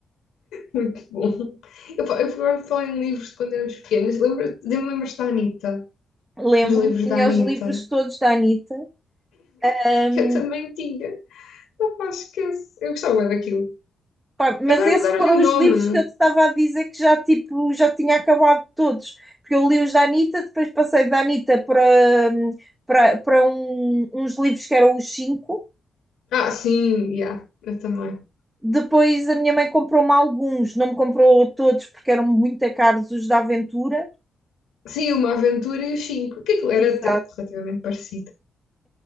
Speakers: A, on the left; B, on the right.
A: muito bom. Eu, fa- eu agora falei em livros de quando éramos pequenas. Lembra- Lembras-te da Anitta?
B: <laughs> Lembro-me,
A: dos livros
B: tinha
A: da Anitta.
B: os livros todos da Anitta, um,
A: Eu também tinha. Não pá, esquece. Eu gostava bué daquilo.
B: pá, mas
A: Agora
B: esses
A: mudaram-lhe
B: foram
A: o nome.
B: os livros que eu te estava a dizer que já, tipo, já tinha acabado todos, porque eu li os da Anitta, depois passei da Anitta para, para, para um, uns livros que eram os cinco,
A: Ah, sim, já. yeah, eu também.
B: depois a minha mãe comprou-me alguns, não me comprou todos porque eram muito caros os da Aventura.
A: Sim, Uma Aventura e os Cinco. Que aquilo era
B: Exato.
A: até relativamente parecido.